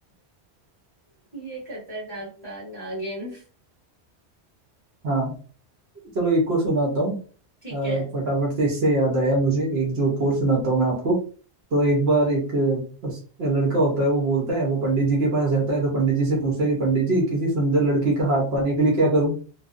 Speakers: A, on the right; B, on the right.
A: ये खतरनाक था नागिन
B: हाँ चलो एक और सुनाता हूँ
A: ठीक
B: अ,
A: है
B: फटाफट से इससे याद आया मुझे एक जो और सुनाता हूँ मैं आपको तो एक बार एक अ, बस लड़का होता है वो बोलता है वो पंडित जी के पास जाता है तो पंडित जी से पूछता है कि पंडित जी किसी सुंदर लड़की का हाथ पाने के लिए क्या करूं